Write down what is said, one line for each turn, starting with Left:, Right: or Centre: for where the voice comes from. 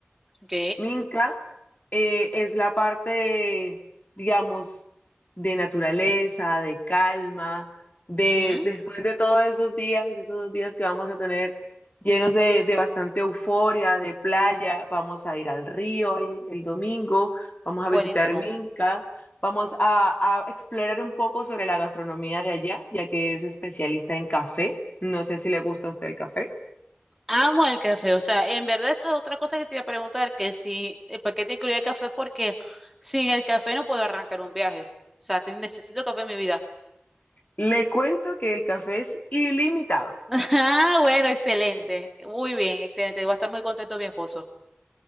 Centre: Ok.
Left: Minca eh, es la parte, digamos, de naturaleza, de calma, de
Centre: Ujú.
Left: después de todos esos días, esos dos días que vamos a tener llenos de, de bastante euforia, de playa, vamos a ir al río el el domingo, vamos a visitar
Centre: Buenísimo.
Left: Minca, vamos a, a explorar un poco sobre la gastronomía de allá, ya que es especialista en café. No sé si le gusta a usted el café.
Centre: Amo el café. O sea, en verdad esa es otra cosa que te iba a preguntar, que si, eh, ¿por qué te incluía el café? Porque sin el café no puedo arrancar un viaje. O sea, te- necesito café en mi vida.
Left: Le cuento que el café es ilimitado.
Centre: <laughs> Ah, bueno, excelente. Muy bien, excelente. Va a estar muy contento mi esposo.